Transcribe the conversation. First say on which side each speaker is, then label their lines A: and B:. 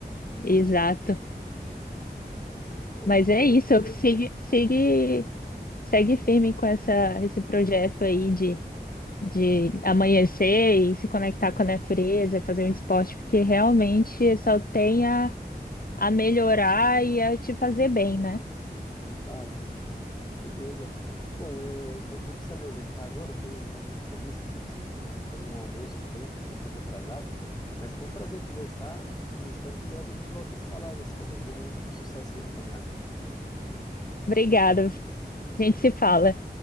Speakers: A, on the left; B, on the left.
A: E
B: Exato.
A: isso, pô,
B: Mas
A: muito
B: é
A: bom,
B: isso, eu sigo- sigue, segue firme com essa esse projeto aí de de amanhecer e se conectar com a natureza, fazer um esporte, porque realmente só tem a, a melhorar e a te fazer bem, né?
A: de fato. Beleza. Bom, é, vou, vou precisar me ausentar agora, eu tenho um outro compromisso aqui, preciso co- ah, fazer um almoço também, estou um pouco atrasado, mas foi um prazer conversar e espero que em breve a gente volte a se falar e você também tenha um um sucesso aí na caminhada.
B: Obrigada. A gente se fala.